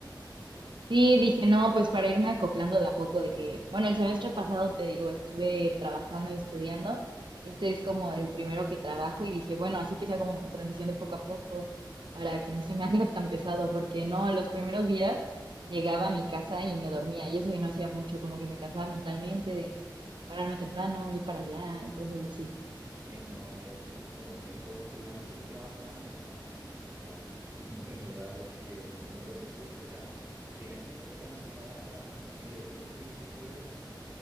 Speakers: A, on the right; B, on the right.
A: Sí, dije, no, pues para irme acoplando de a poco, de que, bueno, el semestre pasado te digo, estuve trabajando y estudiando, este es como el primero que trabajo y dije, bueno, así que sea como transición de poco a poco para que no se me <laughs> haga tan pesado, porque no, los primeros días llegaba a mi casa y me dormía y eso yo no hacía mucho, como que me cansaba mentalmente de pararme temprano, ir para allá y cosas así.
B: Sí, no, eh, yo estuve un tiempo estudiando y trabajando y no, no, no da. <laughs> No da porque no, no queda tiempo. po. O sea, tienes tiempo cuando se trabaja medio tiempo y se estudia después,